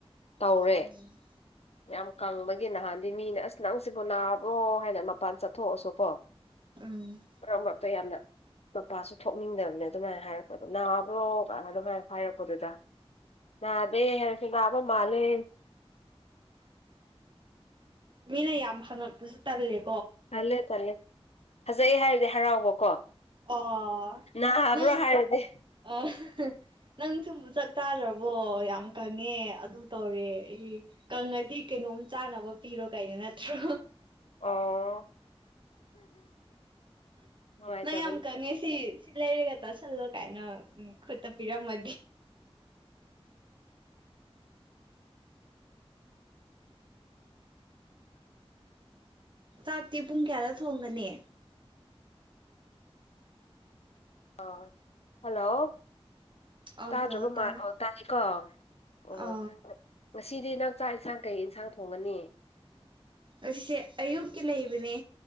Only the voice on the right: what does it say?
ꯎꯝ
ꯎꯝ
ꯃꯤꯅꯥ ꯌꯥꯝ ꯍꯉ ꯄꯨꯁꯨ ꯇ ꯂꯩꯦ
ꯑꯣ
ꯅꯪ
ꯑ ꯅꯪꯁꯨ ꯆꯥꯛꯇꯥꯥꯗ꯭ꯔꯕꯣ ꯌꯥꯝ ꯀꯪꯉꯦ ꯑꯗꯨ ꯇꯧꯔꯦ ꯑꯩ ꯀꯪꯉꯗꯤ ꯀꯩꯅꯣꯝ ꯆꯥꯅꯕ ꯄꯤꯔꯣ ꯀꯥꯏꯅꯣ ꯅꯠꯇ꯭ꯔꯣ
ꯅ ꯑꯃꯀ ꯅꯦꯁꯤ ꯁꯤꯂꯥꯏꯔꯤꯒꯁꯜꯂ ꯀꯥꯏꯅ ꯈꯨꯠꯇ ꯄꯤꯔ ꯃ ꯆꯥꯛꯇꯤ ꯄꯨꯡ ꯀꯌꯥꯗ ꯊꯣꯡꯒꯅꯤ
ꯑ
ꯍꯜꯂꯣ ꯇꯥꯔꯦ
ꯑ
ꯑꯁꯤꯁꯦ ꯑꯌꯨꯛꯀꯤ ꯂꯩꯕꯅꯦ